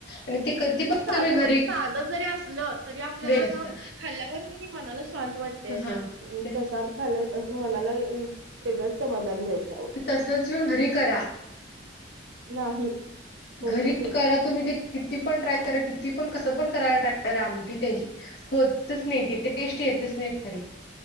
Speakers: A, on the left; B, on the right.
A: आणि ते कधी पण
B: साध
A: तुम्ही घरी
B: साध जरी असलं तरी आपल्याला
A: वेग
B: अस
A: असत्या.
B: खाल्ल्यावर पण मनाला शांत वाटत ते असं
A: हां. तेच
B: प्रसाद खाल असं मनाला वेगच समाधान मिळतं
A: तसच येऊन घरी करा
B: नाही होतच
A: घरी
B: नाही.
A: करा तुम्ही ते किती पण ट्राय करा किती पण कसं पण करायला ट्राय करा आम त्यांची होतच नाही तिे टेस्टी येतच नाही घरी.